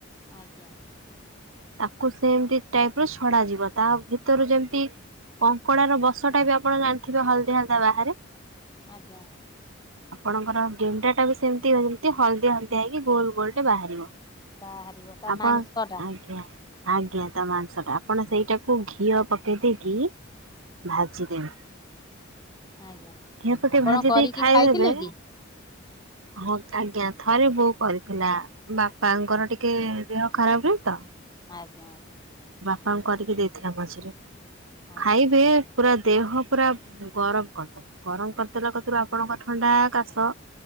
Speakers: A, on the left; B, on the right.
A: ଆଜ୍ଞା।
B: ତାକୁ ସେମତି ଟାଇପ ର ଛଡ ଯିବ ତା ଭିତରୁ ଯେମତି କଙ୍କଡ ର ବସଟା ବି ଆପଣ ଜାଣିଥିବେ ହଳଦି ହଳଦି ବାହାରେ
A: ଆଜ୍ଞା।
B: ଆପଣଙ୍କର ଗେଣ୍ଡା ଟା ବି ସେମିତିମତି ହଳଦି ହଳଦି ହେଇକି ଗୋଲ ଗୋଲ ଟେ ବାହାରିବ।
A: ବାହାରରିବ ତା
B: ଆପଣ
A: ମଙ୍ଗସଟା
B: ଆଜ୍ଞା। ଆଜ୍ଞା ତା ମାଂସ ଟା ଆପଣ ସେଇଟାକୁ ଘିଅ ପକେଇ ଦେଇକି ଭାଜିିଦେଲି।
A: ଆଜ୍ଞା
B: ଘି ପାକ
A: ଆପଣ
B: ଭାଜି
A: କରିକି
B: ଦେଇ ଖାଇଦବେ
A: ଖାଇଥିଲେ କି?
B: ହଁ ଆଜ୍ଞା ଥରେ ବୋଉ କରିଥିଲା ବାପାଙ୍କର ଟିକେ ଦେହ ଖରାପ ନାହି ତ
A: ଆଜ୍ଞା ଆଜ୍ଞା।
B: କଣ କରିକି ଦେଇଥିଲା ମଝିରେ
A: ଆଜ୍ଞା
B: ଖାଇବେ ପୁରା ଦେହ ପୁରା ଗରମ କରିଦେବା ଗରମ କରିଦେଲା କଥିରୁ ଆପଣଙ୍କ ଥଣ୍ଡା କାଶ